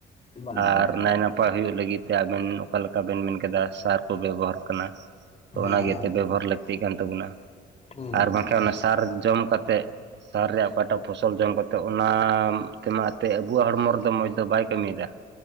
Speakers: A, on the left; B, on the right.
A: ᱦᱮᱸ ᱵᱟᱝ ᱵᱟᱝ
B: ᱟᱨ
A: ᱵᱟᱝ
B: ᱱᱟᱭ ᱱᱟᱯᱟᱭ ᱯᱟᱭ ᱦᱩᱭᱩᱜ ᱞᱟᱹᱜᱤᱫ ᱛᱮ ᱟᱵᱮᱱ ᱚᱠᱟ ᱞᱮᱠᱟ ᱵᱮᱱ ᱢᱮᱱ ᱠᱮᱫᱟ ᱥᱟᱨ ᱠᱚ ᱵᱮᱵᱚᱦᱟᱨᱟᱜ ᱠᱟᱱᱟ᱾ ᱛᱚ
A: ᱦᱮᱸ
B: ᱚᱱᱟ
A: ᱦᱮᱸ
B: ᱜᱮ ᱮᱛᱮ ᱵᱮᱵᱚᱦᱟᱨ ᱞᱟᱹᱠᱛᱤ ᱠᱟᱱ ᱛᱟᱵᱚᱱᱟ᱾
A: ᱦᱩᱸ ᱦᱩᱸ
B: ᱟᱨ ᱵᱟᱝᱠᱷᱟᱱ
A: ᱦᱩᱸ
B: ᱚᱱᱟ ᱥᱟᱨ ᱡᱚᱢ ᱠᱟᱛᱮᱜ, ᱥᱟᱨ ᱨᱮᱭᱟᱜ ᱚᱠᱟᱴᱟᱜ ᱯᱷᱚᱥᱚᱞ ᱡᱚᱢ ᱠᱟᱛ ᱛᱚ ᱚᱱᱟ ᱛᱮᱢᱟᱜ ᱮᱱᱛᱮᱫ ᱟᱵᱚᱣᱟᱜ ᱦᱚᱲᱢᱚ ᱨᱮᱫᱚ ᱢᱚᱡᱽ ᱫᱚ ᱵᱟᱭ ᱠᱟᱹᱢᱤᱭᱮᱫᱟ᱾